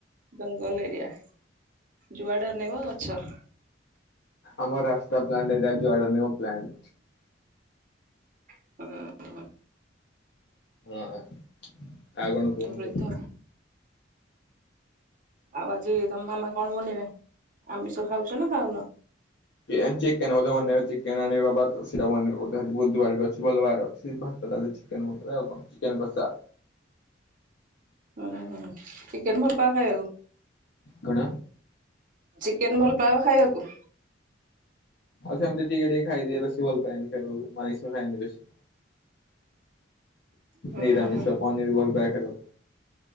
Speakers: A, on the right; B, on the left.
A: ଜଙ୍ଗଲ ଏରିଆ ଯୁଆଡେ ଅନେଇବ ଗଛ
B: ଆମ ରାସ୍ତା ପ୍ଲାଣ୍ଟ ଏଟା ଯେ ଯଉଁ ନିଉ ପ୍ଲାଣ୍ଟ।
A: <unintelligible>
B: ହାଁ ଆଉ କଣ କୁହନ୍ତୁ?
A: ଧୂଳି ଧୂଳି ଆଉ ଆଜି ତମ ମାମା କଣ ବନେଇବେ? ଆମିଷ ଖାଉଛ ନା ଖାଉନ?
B: କେ ଚିକେନ ବୋଧେ ବନେଇବେ। ଚିକେନ ଆଣିବେ ବାଵା, ତ, ସେଇଟା ବନିବ ବୋଧେ ଆଜି ବୁଧବାର ବି ଅଛି, ଭଲ ବାର ଅଛି। ଭାତ, ଡାଲି, ଚିକେନ ବନେଇବେ ଆଉ କ'ଣ ଚିକେନ କଷା।
A: ହୁଁ ହୁଁ, ଚିକେନ ଭଲ ପାଅ ଖାଇବାକୁ?
B: କଣ
A: ଚିକେନ ଭଲପାଅ ଖାଇବାକୁ?
B: ଆଉ ସେମତି ଟିକେ ଟିକେ ଖାଇଦିଏ, ବେଶୀ ଭଲ ପାଏନି ଖାଇବାକୁ ମୁଁ ଆଇଁସ ଖାଏନି ବେଶୀ।
A: ହୁଁ
B: ନିରାମିଷ
A: ହୁଁ
B: ପନିର ଭଲପାଏ ଖାଇବାକୁ।